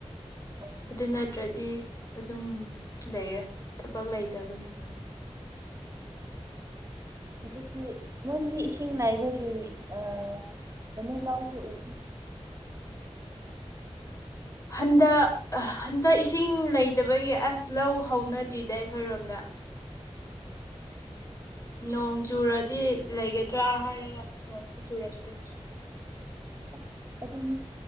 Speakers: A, on the right; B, on the left.
A: ꯑꯣ
B: ꯑꯗꯨ ꯅꯠꯇ꯭ꯔꯗꯤ ꯑꯗꯨꯝ ꯂꯩꯔꯦ ꯊꯕꯛ ꯂꯩꯇꯕꯅꯤꯅ
A: ꯍꯧꯖꯤꯛꯇꯤ ꯃꯣꯏꯗꯗꯤ ꯏꯁꯤꯡ ꯅꯩ ꯑꯥ ꯀꯩꯅꯤ ꯂꯥꯎꯁꯦ ꯎꯕ
B: ꯍꯟꯗ ꯑ ꯍꯟꯗꯛ ꯏꯁꯤꯡ ꯂꯩꯇꯕꯒꯤ ꯑꯁ ꯂꯧ ꯍꯧꯅꯗ꯭ꯔꯤꯗ ꯑꯩꯈꯣꯏꯔꯣꯝꯗ ꯅꯣꯡ ꯆꯨꯔꯗꯤ ꯂꯩꯒꯗ꯭ꯔꯥ ꯍꯥꯏꯔꯒ ꯅꯣꯡꯁꯨ ꯆꯨꯔꯛꯇꯦ
A: ꯑꯥ ꯑꯗꯨꯅꯤ